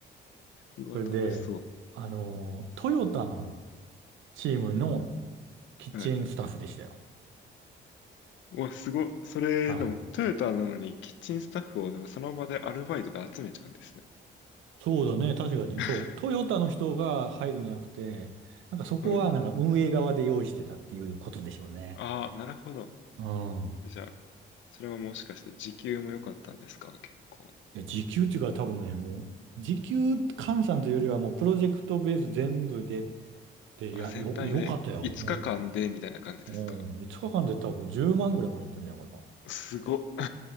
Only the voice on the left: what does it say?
うわ、
楽しそう。
はい。うわ、すごい。それ、
でも、トヨタなのに、キッチンスタッフを、なんかその場でアルバイトで集めちゃうんですね。
<laughs>
はい。ああ、なるほど。
じゃあ、それはもしかして時給も良かったんですか結構。
あ、
全体で5日間でみたいな感じですか
すごっ。